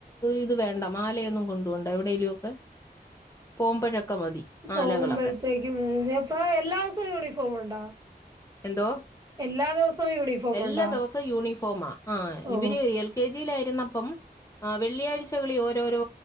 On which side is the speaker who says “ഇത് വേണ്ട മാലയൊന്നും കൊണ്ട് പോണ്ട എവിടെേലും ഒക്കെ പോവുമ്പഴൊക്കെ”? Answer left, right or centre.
Left